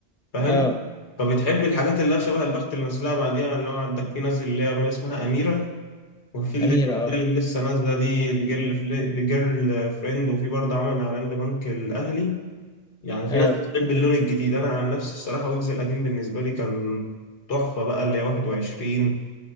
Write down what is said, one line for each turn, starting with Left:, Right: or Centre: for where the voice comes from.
Left: فاهم
Centre: اه
Left: فبتحب الحاجات اللي هي شبه البخت اللي نزلها بعديها اللي هو عندك في ناس اللي هي اغنيه اسمها اميره وفي اللي
Centre: اميرة
Left: هي
Centre: اه
Left: اللي لسه نازله دي الجيرل الجيرل فريند وفي برضه عمل اعلان لبنك الاهلي يعني في
Centre: اه
Left: ناس بتحب اللون الجديد انا عن نفسي الصراحه ويجز القديم بالنسبه لي كان تحفه بقى اللي هي 21